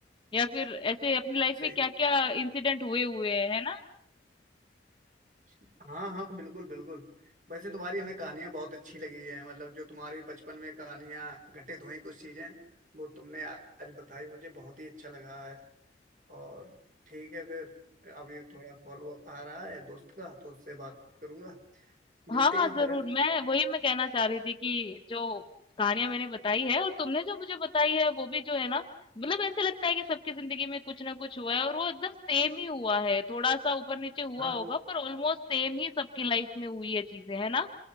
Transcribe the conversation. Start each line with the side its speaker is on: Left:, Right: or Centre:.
Left: या फिर ऐसे अपनी लाइफ
Right: सही
Left: में क्या क्या इंसिडेंट हुए हुए हैं है ना
Right: हाँ हाँ बिल्कुल बिल्कुल वैसे तुम्हारी हमें कहानियां बहुत अच्छी लगी है मतलब जो तुम्हारी बचपन में कहानियां घटित हुई कुछ चीजें वो तुमने आज बताई मुझे बहुत ही अच्छा लगा है और ठीक है फिर अभी थोड़ा कॉल आ रहा है दोस्त का तो उससे बात करूंगा मिलते
Left: हाँ, हाँ,
Right: हैं
Left: ज़रूर।
Right: फिर हाँ
Left: मैं वही मैं कहना चाह रही थी कि जो कहानियाँ मैंने बताई है और तुमने जो मुझे बताई है वो भी जो है ना मतलब ऐसे लगता है कि सबकी ज़िंदगी में कुछ ना कुछ हुआ है और वो एकदम सेम ही हुआ है। थोड़ा-सा ऊपर-नीचे हुआ
Right: हाँ
Left: होगा पर ऑलमोस्ट सेम ही सबकी लाइफ़ में हुई है चीज़ें, है ना?